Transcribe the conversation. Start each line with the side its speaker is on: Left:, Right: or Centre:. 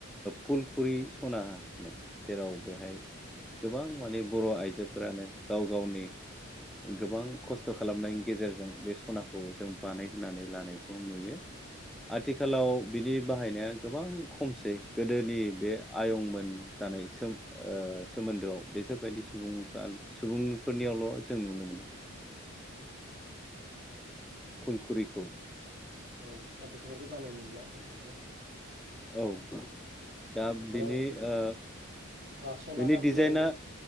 Centre: फुलखुरि सना होनो जेराव बेहाय गोबां माने बर' आइजोफोरानो गाव गावनि गोबां खस्थ खालामनायनि गेजेरजों बे सनाखौ जों बानायहोनानै लानायखौ नुयो आथिखालाव बिनि बाहायनाया गोबां खमसै गोदोनि बे आयंमोन जानाय सोम ओ सोमोन्दोआव बिसोरबायदि सुबुं सुबुंफोरनियावल' जों नुनो मोनो।
Right: <inaudible> नोंथां
Centre: फुलखुरिखौ।
Right: औ आथिखालावथ' गाननाय नुला बेफोरखौ।
Centre: औ
Right: नंगौ
Centre: दा
Right: आथिखालाव
Centre: बिनि ओ
Right: सना
Centre: बिनि
Right: गानब्लाबो
Centre: डिजाइना